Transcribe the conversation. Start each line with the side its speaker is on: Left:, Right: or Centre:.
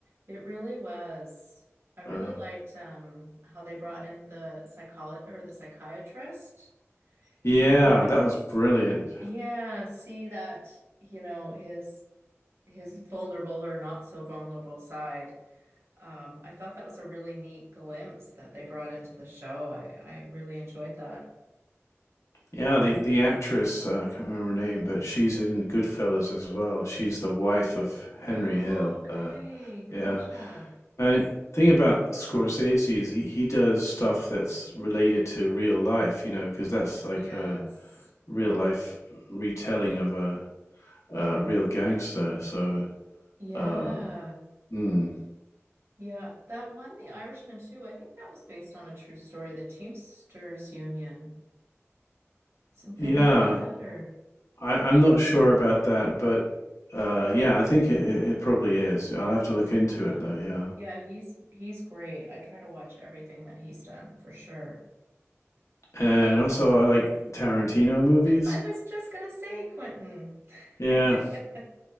Right: it really was. I really
Left: Uh,
Right: liked um how they brought in the psycholo or the psychiatrist
Left: yeah,
Right: to kind of
Left: that was brilliant.
Right: Yeah, see that, you know, his his vulnerable or not so vulnerable side. Um, I thought that was a really neat glimpse that they brought into the show. I I really enjoyed that.
Left: Yeah, the the actress uh, I can't remember her name, but she's in Goodfellas as well. She's the wife of Henry
Right: Oh,
Left: Hill.
Right: okay,
Left: Uh,
Right: gotcha.
Left: yeah, I the thing about Scorsese is he he does stuff that's related to real life, you know, because that's like
Right: Yes.
Left: a real life retelling of a, a real gangster. So
Right: Yeah.
Left: um, mm,
Right: Yeah, that one, The Irishman too. I think that was based on a true story, the Teamsters Union, something
Left: yeah,
Right: like that or
Left: I, I'm not sure about that, but uh, yeah, I think it, it probably is. I'll have to look into
Right: yeah.
Left: it though. Yeah,
Right: Yeah, he's he's great. I try to watch everything that he's done for sure.
Left: and also I like Tarantino movies.
Right: I was just gonna say, Quentin.
Left: Yeah.
Right: <laughs>